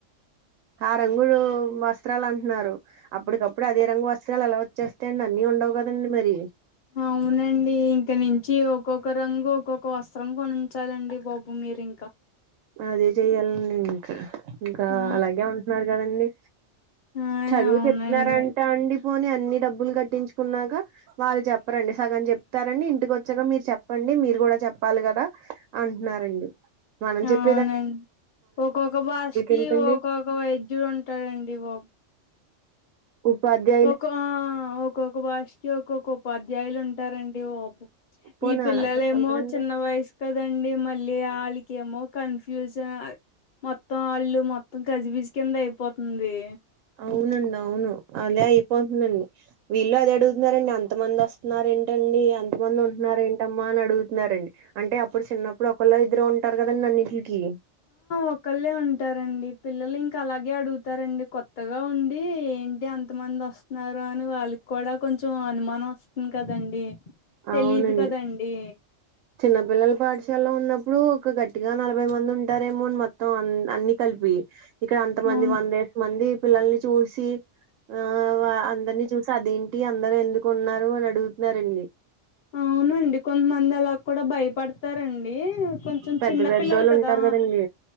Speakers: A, on the right; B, on the left.
A: ఆ రంగులు వస్త్రాలు అంటున్నారు అప్పటికప్పుడు అదే రంగు వస్త్రాలు ఎలా వచ్చేస్ అంతేండి అన్నీ ఉండవు కదండి మరి
B: అవునండి ఇంక నుంచి ఒక్కొక్క రంగు ఒక్కొక్క వస్త్రం కొనించాలండి బాబు మీరు ఇంకా
A: అదే చెయ్యాలండి ఇంకా ఇంకా
B: ఆ
A: అలాగే ఉంటున్నారు కదండి
B: ఆ
A: చదువు
B: అవునండి
A: చెప్తున్నారంట అండి పో అన్ని డబ్బులు కట్టించుకున్నాగా వాళ్ళు చెప్పరండి సగం చెప్తారండి ఇంటికి వచ్చగా మీరు చెప్పండి మీరు కూడా చెప్పాలి గదా అంటున్నారండి మనం చెప్
B: అవునండి ఒక్కొక్క బాష్కి
A: ఎందుకండి
B: ఒక్కొక్క వైద్యుడు ఉంటాడండి బాబు
A: ఉపాధ్య
B: ఒకా ఆ ఒక్కొక్క భాషకి ఒక్కొక్క ఉపాధ్యాయులు ఉంటారండి ఓపు
A: పోనీ
B: ఈ పిల్లలు
A: అలా చెప్పాలి
B: ఏమో
A: కదండి
B: చిన్న వయసు కదండి మళ్లీ ఆళ్ళకేమో కన్ఫ్యూజన్ మొత్తం ఆళ్ళు మొత్తం గజిబిజి కింద అయిపోతుంది
A: అవునండి అవును అలా అయిపోతుందండి వీళ్ళు అదే అడుగుతున్నారండి అంతమంది వస్తున్నారేంటండీ అంతమంది ఉంటున్నారు ఏంటమ్మా అని అడుగుతున్నారండి అంటే అప్పుడు చిన్నప్పుడు ఒకళ్ళో ఇద్దరు ఉంటారు కదండి అన్నింటిలికి
B: ఒకల్లే ఉంటారండి పిల్లలు ఇంకా అలాగే అడుగుతారండి కొత్తగా ఉండి ఏంటి అంతమంది వస్త్ న్నారు అని వాళ్ళకి కూడా కొంచెం అనుమానం వస్తుంది కదండి తెలీదు
A: అవునండి
B: కదండి
A: చిన్నపిల్లల పాఠశాలలో ఉన్నప్పుడు ఒక గట్టిగా నలభై మంది ఉంటారేమోని మొత్తం అన్ని కలిపి ఇక్కడ అంతమంది
B: అవును
A: వందేసి మంది పిల్లల్ని చూసి ఆ అందరిని చూసి అది ఈ అందరు ఎందుకున్నారు అని అడుగుతున్నారండి
B: అవునండి కొంతమంది అలా కూడా భయపడతారండి కొం కొంచం
A: పెద్ద
B: చిన్న
A: పెద్దోళ్ళు
B: పిల్లలు కదా
A: ఉంటారు కదండి